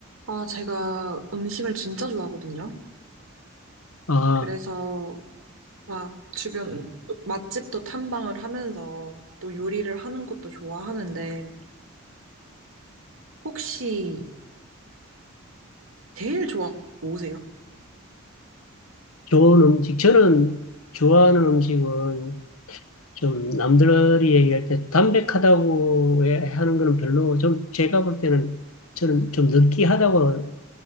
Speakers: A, on the right (about 75°); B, on the left (about 80°).
A: 아, 제가 음식을 진짜 좋아하거든요.
B: 아,
A: 그래서 막 주변 맛집도 탐방을 하면서 또 요리를 하는 것도 좋아하는데 혹시 제일 좋아하는 거 뭐세요?
B: 좋은 음식. 저는 좋아하는 음식은 좀 남들이 얘기할 때 담백하다고 해- 하는 거는 별로 좀 제가 볼 때는 저는 좀 느끼하다고